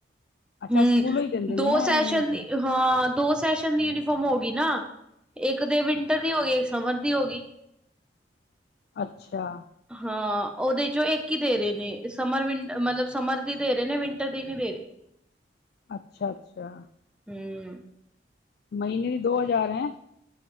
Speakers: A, on the left; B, in the centre.
A: ਅੱਛਾ
B: ਹਮ
A: ਸਕੂਲੋਂ ਈ ਦਿੰਦੇ
B: ਦੋ
A: ਨੇ ਨਾ
B: ਸੈਸ਼ਨ
A: ਏਹ ਯੂਨੀਫੋਮ?
B: ਦੀ ਹਾਂ, ਦੋ ਸੈਸ਼ਨ ਦੀ ਯੂਨੀਫੋਮ ਹੋ ਗਈ ਨਾ। ਏਕ ਤੇ ਵਿੰਟਰ ਦੀ ਹੋ ਗਈ, ਏਕ ਸਮਰ ਦੀ ਹੋ ਗਈ।
A: ਅੱਛਾ।
B: ਹਾਂ, ਉਹਦੇ ਚੋਂ ਏਕ ਈ ਦੇ ਰਏ ਨੇ, ਸਮਰ ਵਿਨ ਮਤਲਬ ਸਮਰ ਦੀ ਦੇ ਰਏ ਨੇ, ਵਿੰਟਰ ਦੀ ਨੀ ਦੇ ਰਏ।
A: ਅੱਛਾ-ਅੱਛਾ।
B: ਹੂੰ।
A: ਮਹੀਨੇ ਵੀ ਦੋ ਹਜ਼ਾਰ ਹੈ।